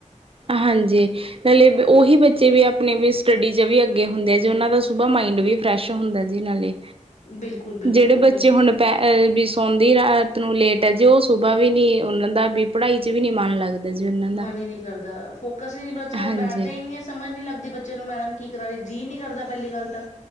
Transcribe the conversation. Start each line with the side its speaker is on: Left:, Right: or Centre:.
Right: ਹਾਂਜੀ, ਨਾਲੇ
Left: ਹਨਾ
Right: ਉਹੀ ਬੱਚੇ ਵੀ ਆਪ ਆਪਣੇ ਵੀ ਸਟੱਡੀ ਚ ਵੀ ਅੱਗੇ ਹੁੰਦੇ ਆ ਜੀ, ਉਹਨਾਂ ਦਾ ਸੁਬਾਹ ਮਾਇੰਡ ਵੀ ਫਰੈਸ਼ ਹੁੰਦਾ ਜੀ ਨਾਲੇ
Left: ਬਿਲਕੁਲ ਬਿਲਕੁਲ
Right: ਜਿਹੜੇ ਬੱਚੇ
Left: ਬਿਲਕੁਲ
Right: ਹੁਣ ਪ ਸੌਂਦੇ ਹੀ ਰਾਤ ਨੂੰ ਲੇਟ ਹੈ, ਜੇ ਉਹ ਸੁਬਾਹ ਵੀ ਨੀ ਉਹਨਾਂ ਦਾ ਵੀ ਪੜ੍ਹਾਈ ਚ ਵੀ ਨਹੀਂ ਮਨ ਲੱਗਦਾ ਜੀ ਉਹਨਾਂ ਦਾ
Left: ਮਨ ਹੀ ਨਹੀਂ ਕਰਦਾ, ਫੋਕਸ ਵੀ ਨੀ ਬੱਚਿਆਂ ਤੋਂ
Right: ਹਾਂਜੀ
Left: ਬੈਠਦਾ ਹੀ ਨਹੀਂ ਹੈ ਸਮਝ ਨੀ ਲੱਗਦੀ ਬੱਚੇ ਨੂੰ ਮੈਡਮ ਕੀ ਕਰਾ ਰਹੀ ਜੀਅ ਨੀ ਕਰਦਾ, ਪਹਿਲੀ ਗੱਲ ਤਾਂ